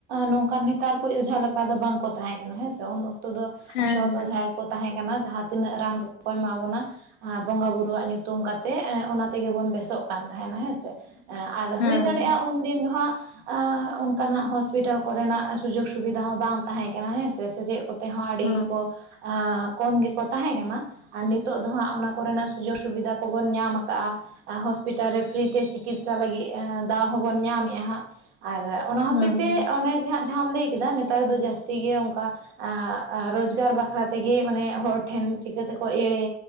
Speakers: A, on the right; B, on the left.
A: ᱱᱚᱝᱠᱟᱱ ᱱᱮᱛᱟᱨ ᱠᱚ ᱚᱡᱷᱟ ᱞᱮᱠᱟ ᱫᱚ ᱵᱟᱝᱠᱚ ᱛᱟᱸᱦᱮ ᱠᱟᱱᱟ ᱦᱮᱸᱥᱮ ᱾ᱩᱱ ᱚᱠ ᱛᱚ ᱫᱚ
B: ᱦᱮᱸ
A: ᱥᱚᱛ ᱚᱡᱷᱟ ᱜᱮ ᱠᱚ ᱛᱟᱸᱦᱮ ᱠᱟᱱᱟ ᱡᱟᱸᱦᱟ ᱛᱤᱱᱟᱹᱜ ᱨᱟᱱ ᱠᱚᱠᱚ ᱮᱢᱟ ᱵᱚᱱᱟ ᱾ ᱚᱱᱟ ᱵᱚᱸᱜᱟ ᱵᱩᱨᱩᱣᱟᱜ ᱧᱩᱛᱩᱢ ᱠᱟᱛᱮᱫ ᱚᱱᱟ ᱛᱮᱜᱮ ᱵᱚᱱ ᱵᱮᱥᱚᱜ ᱠᱟᱱ ᱛᱟᱸᱦᱮᱱᱟ ᱦᱮᱸᱥᱮ ᱾ ᱟᱨ
B: ᱦᱮᱸ
A: ᱦᱩᱭ ᱫᱟᱲᱮᱭᱟᱜᱼᱟ ᱩᱱᱫᱤᱱ ᱫᱚ ᱦᱟᱸᱜ ᱟᱸᱻ ᱚᱱᱠᱟᱱᱟᱜ ᱦᱚᱥᱯᱤᱴᱟᱞ ᱠᱚᱨᱮᱱᱟᱜ ᱥᱩᱡᱳᱠ ᱥᱩᱵᱤᱫᱷᱟ ᱦᱚᱸ ᱵᱟᱝ ᱛᱟᱸᱦᱮ ᱠᱟᱱᱟ ᱦᱮᱸ ᱥᱮ ᱥᱮ ᱪᱮᱫ ᱾ ᱠᱚᱛᱮ ᱦᱚᱸ ᱟᱹᱰᱤ
B: ᱦᱮᱸ
A: ᱜᱮᱠᱚ ᱟᱸᱻ ᱠᱚᱢ ᱜᱮᱠᱚ ᱛᱟᱸᱦᱮ ᱠᱟᱱᱟ ᱟᱨ ᱱᱤᱛᱚᱜ ᱫᱚ ᱦᱟᱸᱜ ᱚᱱᱟ ᱠᱚᱨᱮᱱᱟᱜ ᱥᱩᱡᱳᱜᱽ ᱥᱩᱵᱤᱫᱷᱟ ᱠᱚᱵᱚᱱ ᱧᱟᱢ ᱟᱠᱟᱟᱜᱼᱟ ᱾ ᱦᱚᱥᱯᱤᱴᱟᱞ ᱨᱮ ᱯᱷᱨᱤ ᱛᱮ ᱪᱤᱠᱤᱛᱥᱟ ᱞᱟᱹᱜᱤᱫ ᱫᱟᱣ ᱦᱚᱸᱵᱚᱱ ᱧᱟᱢᱮᱫᱼᱟ ᱦᱟᱸᱜ ᱾ ᱟᱨ ᱚᱱᱟ ᱦᱚᱛᱮ
B: ᱦᱮᱸ
A: ᱛᱮ ᱚᱱᱮᱮ ᱡᱟᱦᱟᱸ ᱡᱟᱸᱦᱟᱢ ᱞᱟᱹᱭ ᱠᱮᱫᱟ ᱱᱮᱛᱟᱨ ᱫᱚ ᱡᱟᱹᱥᱛᱤ ᱜᱮ ᱚᱱᱠᱟ ᱟᱸ ᱟᱻ ᱨᱳᱡᱽᱜᱟᱨ ᱵᱟᱠᱷᱨᱟ ᱛᱮᱜᱮ ᱢᱟᱱᱮ ᱦᱚᱲ ᱴᱷᱮᱱ ᱪᱤᱠᱟᱹ ᱛᱮᱠᱚ ᱮᱲᱮ